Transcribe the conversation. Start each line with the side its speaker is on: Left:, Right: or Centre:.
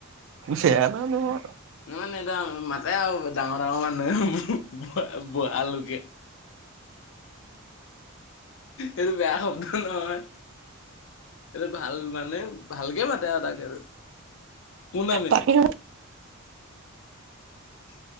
Right: চেহেৰা নহয়।
Left: ন মানে এয়া মাতে আৰু ডাঙৰ ডাঙৰ মানুহে। হুম ভ ভ আলুকে। এইটো বেয়া শব্দ নহয়, এইটো ভাল মানে ভালকে মাতে আৰু তাক আৰু কোন আমি
Right: তাকে
Left: <inaudible>